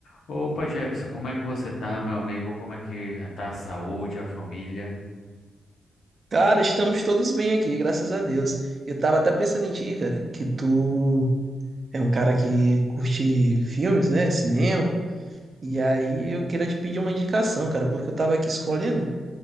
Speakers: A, on the left; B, on the right.
A: Opa, Jefferson, como é que você tá, meu amigo? Como é que tá a saúde, a família?
B: Cara, estamos todos bem aqui, graças a Deus. Eu tava até pensando em ti, cara, que tu é um cara que curte filmes, né? Cinema. E aí eu queria te pedir uma indicação, cara, porque eu tava aqui escolhendo.